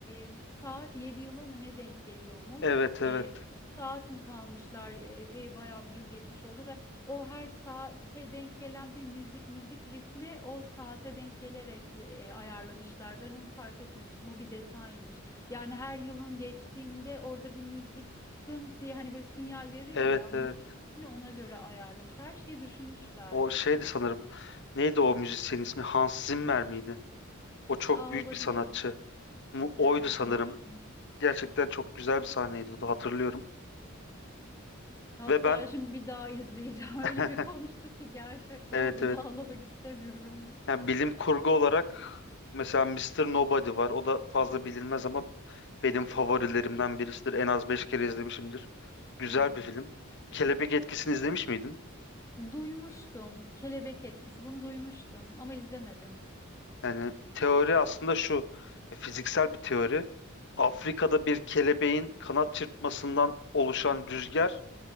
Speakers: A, on the left (about 15°); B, on the left (about 60°).
A: e, saat 7 yıla mı ne denk geliyormuş?
B: Evet, evet.
A: E, üç saat mi kalmışlar e, ve bayağı bir yıl geçmiş oldu ve o her saate denk gelen bir müzik müzik ritmi o saate denk gelerek e, ayarlamışlar. Ben onu fark etmemiştim. O bir detaymış. Yani her yılın geçtiğinde orada bir müzik dınk diye hani böyle sinyal verir
B: Evet,
A: ya müzik
B: evet.
A: ritmini ona göre ayarlamış. Her şeyi düşünmüşler.
B: O şeydi sanırım. Neydi o müzisyenin ismi? Hans Zimmer miydi? O çok
A: Aa
B: büyük
A: olabilir.
B: bir sanatçı. Mu-
A: Evet
B: Oydu sanırım.
A: duymuştum.
B: Gerçekten çok güzel bir sahneydi o da hatırlıyorum.
A: Hatta
B: Ve ben
A: şimdi bir daha izleyeceğim. <laughs> Öyle
B: <laughs>
A: bir konuştuk ki gerçekten
B: Evet
A: ama bir
B: evet
A: daha ağlamak istemiyorum.
B: Yani bilim kurgu olarak mesela Mister Nobody var. O da fazla bilinmez ama benim favorilerimden birisidir. En az 5 kere izlemişimdir. Güzel
A: Hı hı.
B: bir film. Kelebek Etkisi'ni izlemiş miydin?
A: Duymuştum. Kelebek etkisi. Bunu duymuştum ama izlemedim.
B: Yani teori aslında şu. e, Fiziksel bir teori. Afrika'da bir kelebeğin kanat çırpmasından oluşan rüzgar